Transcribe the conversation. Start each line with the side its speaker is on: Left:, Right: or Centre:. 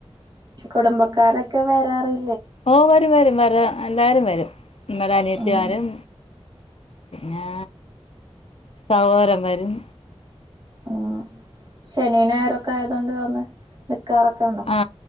Right: കുടുംബക്കാരൊക്കെ റി
Left: ഓഹ് വരും വരും വരാ അല്ലാരും വരും ഇന്നലെ അനിയത്തിമാരും
Right: ഉം
Left: പിന്നെ സഹോരം വരും
Right: ഉം ശനിഞായറൊക്കെ ആയതോണ്ട് വന്ന നിക്കാറൊക്കെ ഉണ്ടോ
Left: ആ